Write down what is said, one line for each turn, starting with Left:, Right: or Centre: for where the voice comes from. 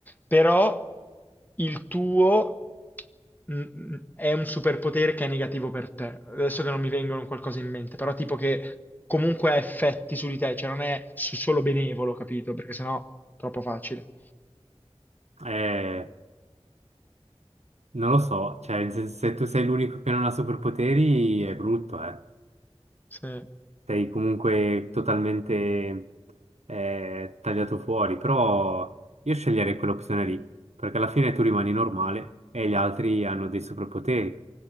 Left: Però il tuo mm, è un superpotere che è negativo per te. Adesso che non mi vengono qualcosa in mente, però tipo che comunque ha effetti su di te, cioè non è su- solo benevolo, capito? Perché sennò è troppo facile.
Right: Eh, Non lo so, cioè se, se tu sei l'unico che non ha superpoteri è brutto, eh.
Left: Sì.
Right: Sei comunque totalmente eh, tagliato fuori, però io sceglierei quell'opzione lì, perché alla fine tu rimani normale e gli altri hanno dei superpoteri.